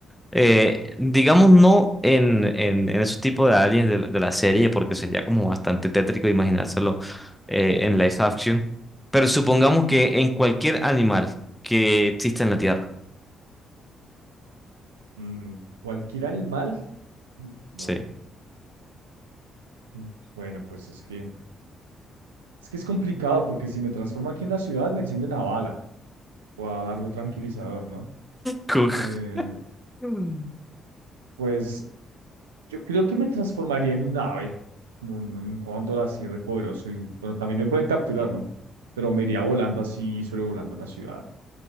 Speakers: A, in the centre; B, on the right (about 90°).
A: eh, digamos, no en, en, en esos tipos de aliens de, la de la serie, porque sería como bastante tétrico imaginárselo eh, en live action, pero supongamos que en cualquier animal que exista en la Tierra.
B: Mm, cualquier animal. Buah,
A: Sí.
B: mm, Bueno, pues es que, es que es complicado porque si me transformo aquí en la ciudad me encienden a bala o a dardo tranquilizador, ¿no?
A: Cook.
B: Eh,
A: Mm.
B: Pues yo creo que me transformaría en un ave, como un, un cóndor así repoderoso. Y bueno, también me pueden capturar, ¿no? Pero me iría volando así, sobrevolando la ciudad.